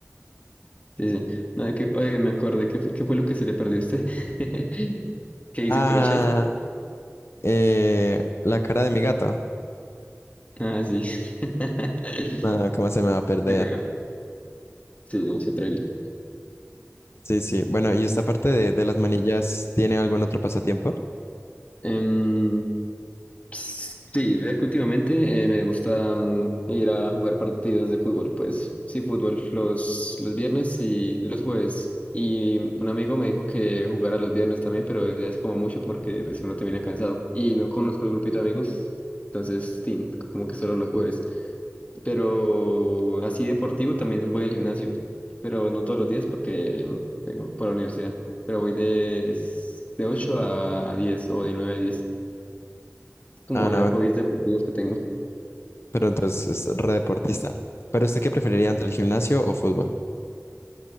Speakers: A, on the left; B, on the left.
A: Sí, sí. No, que, oye, me acordé, ¿qué fue, qué fue lo que se le perdió a usted? <laughs> que hizo
B: Ah,
A: un crochet?
B: eh, la cara de mi gato.
A: Ah, sí. <laughs>
B: Ah, ¿cómo se me va a perder?
A: Qué pegado. Sí, mucho trail.
B: Sí, sí. Bueno, y esta parte de, de las manillas, ¿tiene algún otro pasatiempo?
A: Em, sí, ve que últimamente eh, me gusta mm, ir a jugar partidos de fútbol, pues sí, fútbol los, los viernes y los jueves. Y un amigo me dijo que jugara los viernes también, pero ya es como mucho porque pues, uno termina cansado. Y no conozco el grupito de amigos, entonces, tin, como que solo los jueves. Pero así deportivo también voy al gimnasio, pero no todos los días porque tengo por la universidad. Pero voy de, s- de 8 a, a 10 o de 9 a 10 como
B: Ah, no,
A: los hobbies deportivos que tengo.
B: pero entonces es re deportista. ¿Pero usted qué preferiría entre el gimnasio o fútbol?